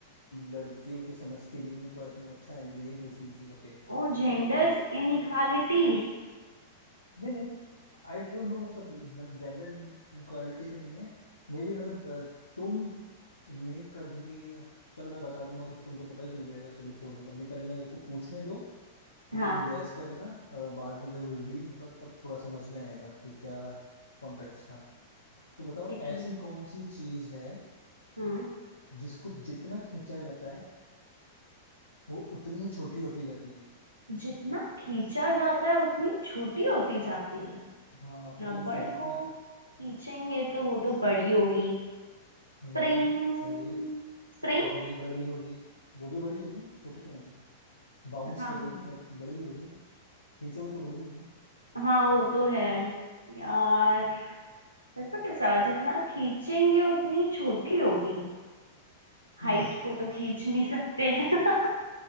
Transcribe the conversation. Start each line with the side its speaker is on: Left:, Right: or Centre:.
Left: लड़कियों के समझ के नहीं है तो आई थिंक अच्छा है मुझे ये पूछनी चाहिए ओके
Right: ओ जेंडर
Left: तो ऐस
Right: इनइक्वालिटी
Left: नहीं मतलब आई डोंट नो मतलब जेंडर इनक्वालिटी तो नहीं है मे बी मतलब अ, तुम ने कभी चलो मैं बता दूंगा तो फिर तुमको पता ही चल जाएगा चलो छोड़ो अभी पहले मेरे को पूछने दो फिर
Right: हाँ
Left: तुम गैस करना अ, बाद में जब रिवील होगा तब थोड़ा समझ में आएगा कि क्या कॉन्टेक्स्ट था तो बताओ
Right: ठीक
Left: ऐसी
Right: है
Left: कौन सी चीज है
Right: हम्म
Left: जिसको जितना खींचा जाता है वो उतनी ही छोटी होती जाती है
Right: जितना खींचा जाता है उतनी छोटी होती जाती है
Left: हाँ मतलब
Right: रबड़
Left: उसको
Right: को
Left: जितना
Right: खींचेंगे तो वो तो बड़ी होगी
Left: हम्म
Right: स्प्रिंग
Left: सही है
Right: स्प्रिंग
Left: भी बड़ी होगी वो भी बड़ी होगी छोटी क्यों होगी बाउंस
Right: हाँ
Left: करेगी बट बड़ी होगी खींचोगे तो बड़ी होगी
Right: हाँ वो तो है यार ऐसा कैसा जितना खींचेंगे उतनी छोटी होगी हाइट
Left: हम्म
Right: को तो खींच नहीं सकते <laughs>